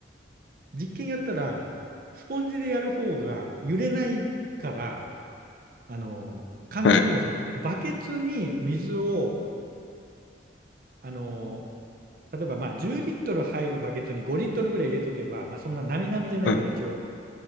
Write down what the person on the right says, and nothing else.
実験やったら、スポンジでやる方が揺れないから、あの、簡単に言えばそのバケツに水を、
あの、例えばまあ10リットル入るバケツに5リットルぐらい入れとけば、まあそんな並々じゃないから一応。